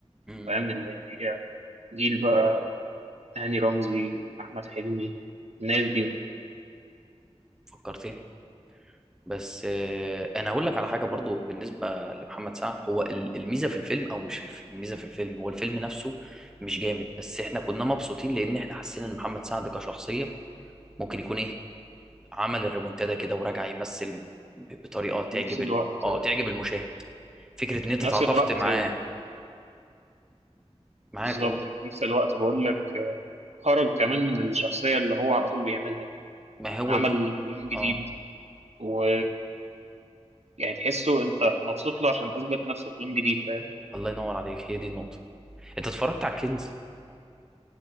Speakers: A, in the centre; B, on the right.
A: مم.
B: فاهم اللي هي جيل بقى هاني رمزي احمد حلمي الناس دي بقى
A: فكرتني بس آه، انا هقول لك على حاجه برضو بالنسبه لمحمد سعد هو ال- الميزه في الفيلم او مش الف- الميزه في الفيلم هو الفيلم نفسه مش جامد بس احنا كنا مبسوطين لان احنا حسينا ان محمد سعد كشخصيه ممكن يكون ايه عمل الريمونتادا كده وراجع يمثل ب- بطريقه تعجب
B: في نفس الوقت
A: ال... اه
B: في
A: تعجب المشاهد فكره ان انت
B: نفس
A: تعاطفت
B: الوقت
A: معاه
B: آه،
A: معاه
B: بالظبط
A: قول
B: في نفس الوقت بقول لك آه، خرج كمان من الشخصيه اللي هو على طول بيعملها يعني.
A: ما هو
B: عمل
A: دي
B: لون جديد
A: اه
B: و يعني تحسه انت مبسوط له عشان اثبت نفسه في لون جديد فاهم
A: الله ينور عليك هي دي النقطه انت اتفرجت على الكنز